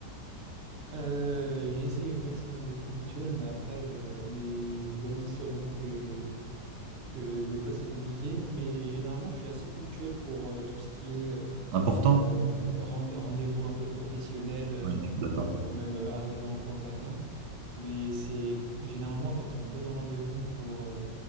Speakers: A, on the right; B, on the right.
A: Euh, j'essaye au maximum d'être ponctuel, mais après, euh, mes amis sauront que, que des fois c'est compliqué. Mais généralement, je suis assez ponctuel pour euh, tout ce qui est
B: Important?
A: euh, rend- rendez-vous un peu professionnel euh,
B: Ouais, je suis d'accord.
A: euh, ou même euh, arriver en cours le matin. Mais c'est généralement quand on me donne rendez-vous pour euh,